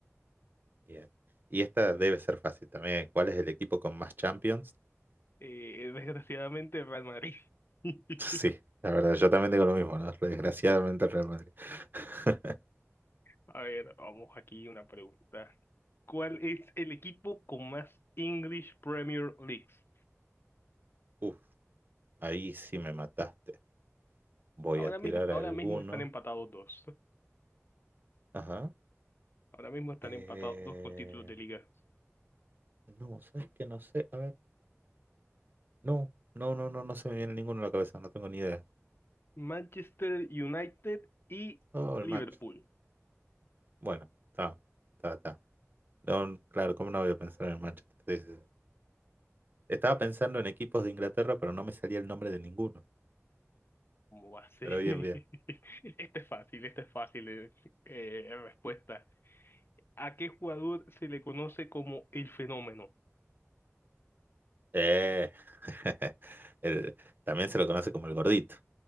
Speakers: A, on the right (about 40°); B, on the left (about 50°).
A: Bien. Y esta debe ser fácil también. ¿Cuál es el equipo con más Champions? <laughs>
B: eh, desgraciadamente Real Madrid. <laughs>
A: Sí, la verdad, yo también digo lo mismo, ¿no? Desgraciadamente el Real Madrid. <laughs>
B: A ver, vamos aquí una pregunta. ¿Cuál es el equipo con más English Premier Leagues?
A: Uf, ahí sí me mataste. Voy
B: Ahora
A: a tirar
B: mismo, ahora
A: alguno.
B: mismo están empatados dos.
A: Ajá.
B: Ahora mismo están
A: Eh,
B: empatados dos con títulos de liga.
A: No, ¿sabes qué? No sé. A ver. No, no, no, no, no se me viene ninguno a la cabeza. No tengo ni idea.
B: Manchester United y
A: Oh,
B: Liverpool.
A: el man. Bueno, está, está, está. No, claro, ¿cómo no voy a pensar en el Manchester? Sí, sí, sí. Estaba pensando en equipos de Inglaterra, pero no me salía el nombre de ninguno.
B: ¿Cómo va a ser?
A: Pero
B: <laughs>
A: bien, bien.
B: Este es fácil, este es fácil. eh, eh, respuesta. ¿A qué jugador se le conoce como el fenómeno?
A: Eh, <laughs> el- también se lo conoce como el gordito,